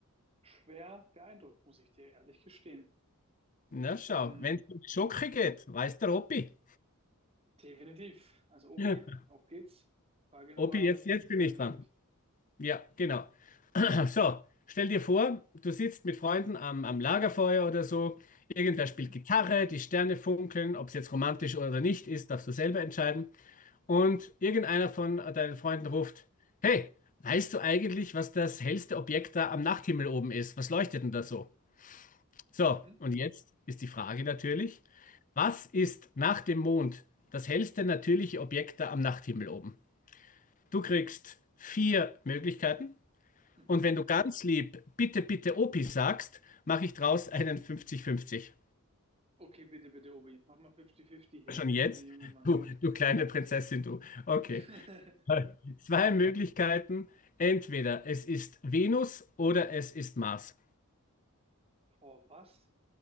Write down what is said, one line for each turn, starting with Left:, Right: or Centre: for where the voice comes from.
Right: schwer beeindruckt, muss ich dir ehrlich gestehen.
Left: Na schau,
Right: Dann
Left: wenn es um die Schocke
Right: m-
Left: geht, weiß der Opi.
Right: definitiv. Also Obi,
Left: <laughs>
Right: auf geht's. Frage Nummer
Left: Opi, jetzt, jetzt
Right: drei,
Left: bin ich
Right: glaube
Left: dran.
Right: ich.
Left: Ja, genau. So, stell dir vor, du sitzt mit Freunden am, am Lagerfeuer oder so. Irgendwer
Right: Mhm,
Left: spielt Gitarre, die Sterne funkeln, ob es jetzt romantisch oder nicht ist, darfst du selber entscheiden. Und irgendeiner von deinen Freunden ruft: Hey, weißt du eigentlich, was das hellste Objekt da am Nachthimmel oben ist? Was leuchtet denn da so? So,
Right: mhm,
Left: und jetzt ist die Frage natürlich: Was ist nach dem Mond das hellste natürliche Objekt da am Nachthimmel oben? Du kriegst vier Möglichkeiten.
Right: mhm.
Left: Und wenn du ganz lieb bitte, bitte Opi sagst, mache ich draus einen 50-50.
Right: Okay, bitte, bitte, Obi. Mach mal 50-50 hier
Left: Schon jetzt?
Right: für den jungen Mann.
Left: Du, du kleine Prinzessin, du. Okay.
Right: <laughs>
Left: Zwei Möglichkeiten. Entweder es ist Venus oder es ist Mars.
Right: Boah, was?